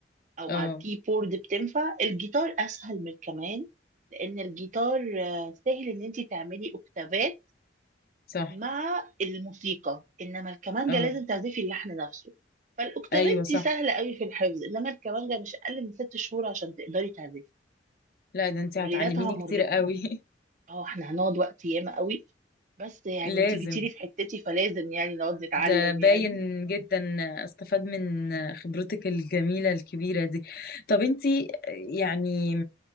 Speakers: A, on the right; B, on the left.
A: أو
B: اه
A: مع الكيبورد بتنفع الجيتار أسهل من كمان لأن الجيتار آه، سهل إن أنت تعملي أوكتافات
B: صح
A: مع الموسيقى انما الكمانجة
B: اه
A: لازم تعزفي اللحن نفسه فالاوكتافات
B: ايوه صح
A: دي سهلة قوي في الحفظ انما الكمانجة مش اقل من ست شهور عشان تقدري تعزفي
B: لا ده انت
A: تمريناتها
B: هتعلميني
A: مرهقة
B: كتير قوي <laughs>
A: اه احنا هنقعد وقت ياما قوي بس يعني
B: لازم
A: انت جيتيلي في حتتي فلازم يعني نقعد نتعلم
B: ده باين
A: يعني
B: جدا استفاد من خبرتك الجميلة الكبيرة دي طب انت يعني